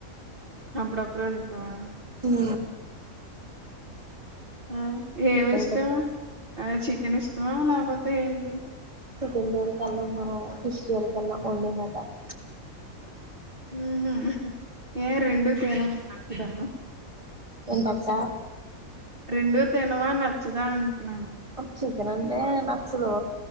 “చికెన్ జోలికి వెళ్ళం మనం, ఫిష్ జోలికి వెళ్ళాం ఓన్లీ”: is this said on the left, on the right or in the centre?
Right